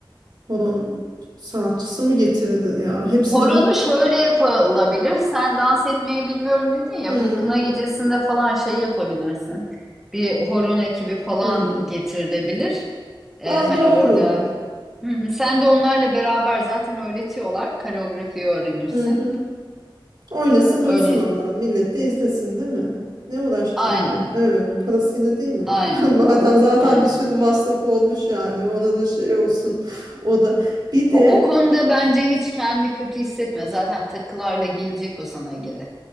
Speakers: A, on the right; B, in the centre.
A: Horon sanatçısı mı getirilir ya? Hepsi
B: Horonu
A: de bunu.
B: şöyle yapılabilir. Sen dans etmeyi bilmiyorum dedin ya.
A: Hmm,
B: Bu kına gecesinde falan şey yapabilirsin. Bir horon ekibi falan
A: hmm.
B: getirilebilir. Ee,
A: Aa
B: hani
A: doğru.
B: orada Hı hı. sen de onlarla beraber zaten öğretiyorlar. Koreografiyi öğrenirsin.
A: Hı hı. Oynasın
B: Ee, öyle
A: dursun onlar. Millet de izlesin değil mi? Ne uğraşacağım
B: aynen.
A: ya? Evet, parasıyla değil mi?
B: Aynen.
A: <laughs> Madem zaten
B: Aynen.
A: bir sürü masrafı olmuş yani ona da şey olsun. <laughs> O da bir
B: O,
A: de
B: o konuda bence hiç kendi kötü hissetme. Zaten takılarla gelecek o sana geri.